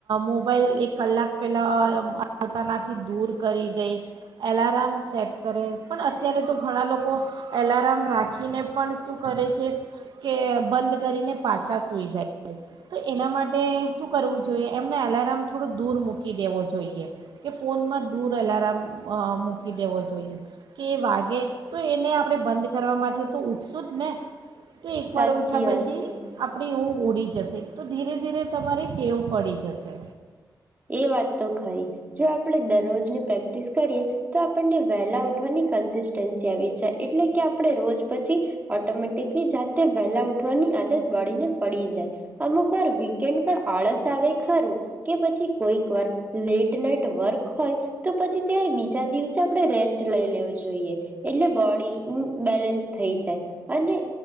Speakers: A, on the right (about 75°); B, on the right (about 20°).
A: મોબાઈલ એક કલાક પહેલાં આવતાનાથી દૂર કરી દે. એલાર્ામ સેટ કરે પણ અત્યારે તો ઘણા લોકો એલાર્ામ રાખીને પણ શું કરે છે કે બંધ કરીને પાછા સૂઈ જાય છે તો એના માટે શું કરવું જોઈએ એમને એલાર્મ થોડો દૂર મૂકી દેવો જોઈએ કે ફોનમાં દૂર એલાર્મ અ મૂકી દેવો જોઈએ કે એ વાગે તો એને આપણે બંધ કરવા માટે તો ઉઊઠશું જ ને. તો એકવાર
B: સાચી
A: ઉઠ્યા પછી
B: વાત છે
A: આપણી હું ઉડી જશે તો ધીરે ધીરે તમારી ટેવ પડી જશે.
B: એ વાત તો ખરી જો આપણે દરરોજની પ્રેક્ટિસ કરીએ તો આપણને વહેલા ઉઠવાની કન્સિસ્ટન્સી આવી જાય એટલે કે આપણે રોજ પછી ઓટોમેટિકલી જાતે વહેલા ઉઠવાની આદત બળીને પડી જાય અમુક વાર વીકેન્ડ પણ આળસ આવે ખરું કે પછી કોક વાર લેટ નાઈટ વર્ક હોય તો પછી ત્યારે બીજા દિવસે આપણે રેસ્ટ લઈ લેવું જોઈએ એટલે બોડી બેલેન્સ થઈ જાય અને